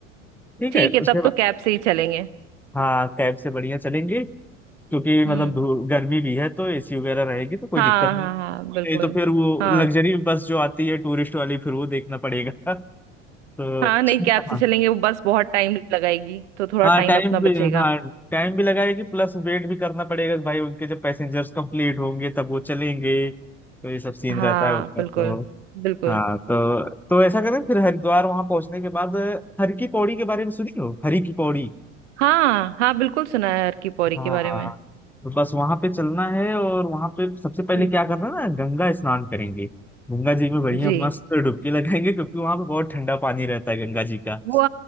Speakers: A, in the centre; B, on the right.
A: ठीक
B: ठीक
A: है उसके
B: है तब
A: बाद
B: तो कैब से ही चलेंगे
A: हाँ कैब से बढ़िया चलेंगे क्योंकि मतलब
B: हम्म
A: धू- गर्मी भी है तो एसी वगैरह रहेगी तो कोई
B: हाँ
A: दिक्कत नहीं
B: हाँ
A: होगी।
B: हाँ बिल्कुल
A: नहीं तो फिर वो
B: हाँ
A: लग्जरी बस जो आती है टूरिस्ट वाली फिर वो देखना पड़ेगा <laughs> तो
B: हाँ नहीं कैब से
A: हाँ,
B: चलेंगे वो बस बहुत टाइम लगाएगी तो थोड़ा
A: हाँ
B: टाइम
A: टाइम
B: अपना बचेगा
A: भी हाँ टाइम भी लगाएगी प्लस वेट भी करना पड़ेगा कि भाई उनके जब पैसेंजर्स कंप्लीट होंगे तब वो चलेंगे तो ये सब सीन
B: हाँ
A: रहता है उनका
B: बिल्कुल
A: तो
B: बिल्कुल
A: हाँ तो तो ऐसा करें फिर हरिद्वार वहां पहुंचने के बाद हर की पौड़ी के बारे में सुनी हो हरी की पौड़ी
B: हाँ हाँ बिल्कुल सुना है अर्की पौरी
A: हाँ
B: के बारे में
A: तो बस वहां पे चलना है और वहां पे सबसे पहले
B: जी
A: क्या करना है ना गंगा स्नान करेंगे गंगा जी में बढ़िया
B: जी
A: मस्त डुबकी लगाएंगे क्योंकि वहां पे बहुत ठंडा पानी रहता है गंगा जी का
B: वो